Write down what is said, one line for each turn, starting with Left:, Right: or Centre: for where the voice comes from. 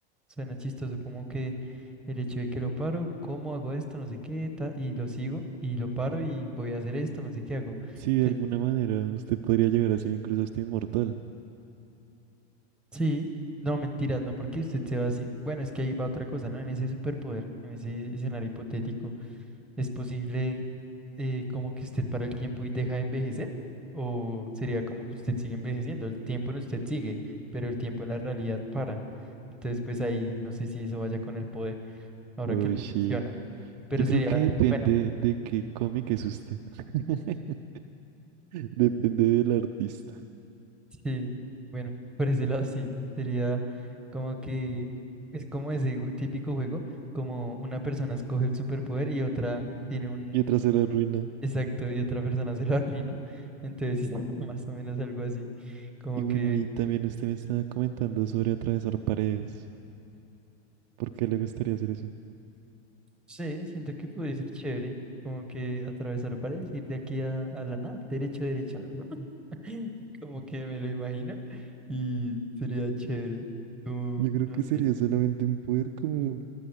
Centre: Suena chistoso, como que el hecho de que lo paro, ¿cómo hago esto? No sé qué, ta- y lo sigo, y lo paro y voy a hacer esto, no sé qué hago.
Right: Sí, de
Centre: Te-
Right: alguna manera usted podría llegar así incluso hasta inmortal.
Centre: sí, no, mentiras, no, porque usted se va así. Bueno, es que ahí va otra cosa, ¿no? En ese superpoder, en ese escenario hipotético, ¿es posible eh, como que usted para el tiempo y deja de envejecer? ¿O sería como que usted sigue envejeciendo? El tiempo en usted sigue, pero el tiempo en la realidad para. Entonces, pues ahí no sé si eso vaya con el poder, ahora
Right: Uy,
Centre: que lo
Right: sí.
Centre: menciona. Pero
Right: Yo
Centre: sería,
Right: creo que depende
Centre: bueno.
Right: de qué cómic es usted. <laughs> Depende del artista.
Centre: Sí, bueno, <laughs> por ese lado sí, sería como que es como ese ju- típico juego, como una persona escoge el superpoder y otra tiene un
Right: Y otra se la ruina.
Centre: exacto y otra persona se lo <laughs> arruina, entonces sí, <laughs> más o menos algo así, como
Right: Y bueno,
Centre: que,
Right: y también usted me estaba comentando sobre atravesar paredes. ¿Por qué le gustaría hacer eso?
Centre: sí, siento que podría ser chévere, como que atravesar paredes, ir de aquí a, a la nada, derecho, derecho, <laughs> como que me lo imagino y sería chévere, como,
Right: Yo creo
Centre: no
Right: que
Centre: sé.
Right: sería solamente un poder como,